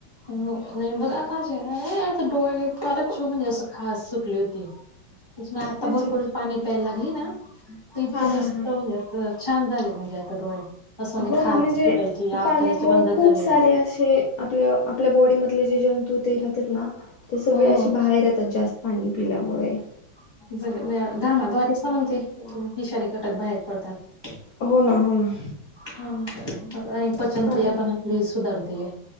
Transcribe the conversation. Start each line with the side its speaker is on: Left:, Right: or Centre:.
Right: हो.. आणि बघा माझे.... आता डोळे... फारच चू.... म्हणजे अशी खाज सुटली होती. तशी मी आता
Left: अच्छा
Right: भरपर पाणी प्यायला लागली ना इतके
Left: हा हा
Right: मस्त
Left: हा.
Right: म्हणजे.. असं छान झाले... म्हणजे आता डोळे... असं म्हणजे
Left: हो
Right: खाज
Left: ना
Right: सुटायची आग
Left: पाण्यामुळे
Right: करायचे बंद
Left: खूप
Right: झाले
Left: सारे असे... आपल्या... आपल्या बॉडीमधले जे जंतू ते राहतेत ना? ते सगळे
Right: हो.
Left: असे बाहेर येतात... जास्त पाणी पिल्यामुळे
Right: <unintelligible> घामाद्वारेच ना मग ते... विषारीे घटक बाहेर पडतात
Left: हो ना... हो ना.
Right: हं... आणि पचनक्रिया
Left: पाणी
Right: पण आपली सुधारते.